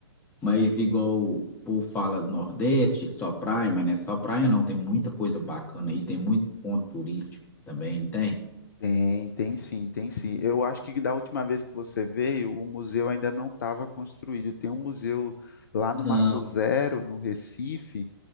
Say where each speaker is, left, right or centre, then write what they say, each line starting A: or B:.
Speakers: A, on the left; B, on the left.
A: mas igual o povo fala do Nordeste, só praia, mas não é só praia não, tem muita coisa bacana aí, tem muito ponto turístico também, não tem?
B: Tem, tem sim, tem sim. Eu acho que da última vez que você veio, o museu ainda não estava construído. Tem um museu lá
A: Não,
B: no Marco Zero, no Recife,